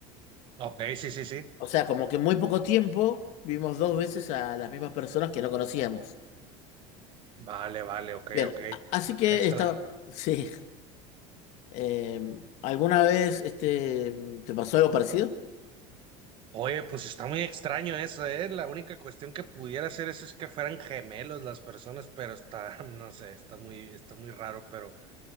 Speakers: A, on the right; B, on the left.
A: ok, sí, sí, sí.
B: O sea, como que en muy poco tiempo vimos dos veces a las mismas personas que no conocíamos.
A: Vale, vale, ok,
B: Bien,
A: ok.
B: a- así que
A: Qué extra.
B: estaba... <laughs> Sí. Eh, ¿alguna vez este, te pasó algo parecido?
A: Oye, pues está muy extraño eso, ¿eh? La única cuestión que pudiera hacer eso es que fueran gemelos las personas, pero está, <laughs> no sé, está muy, está muy raro, pero